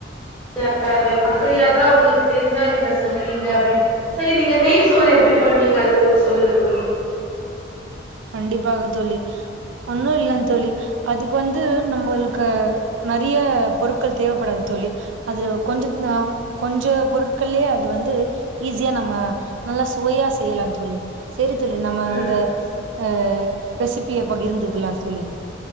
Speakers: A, in the centre; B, on the right.
A: <unintelligible> சரியாதான் உங்களுக்கு தெரிஞ்சா நீங்க சொல்லுவீங்க அப்படின்ட்டு சரி நீங்க நெய் சோறு எப்படி பண்ணுவீங்க அது கொஞ்சோ சொல்லுங்க தோழி
B: கண்டிப்பாக தோழி ஒன்னும் இல்லங்க தோழி அதுக்கு வந்து நம்முளுக்கு நறைய பொருட்கள் தேவப்படாது தோழி அது கொஞ்சது ஆ கொஞ்சோ பொருட்கள்யே அது வந்து ஈஸியா நம்ம நல்லா சுவையா செய்யலா தோழி சேரி தோழி நம்ம
A: ம்
B: அந்த அ ரெசிபிய பகிர்ந்துக்கலா தோழி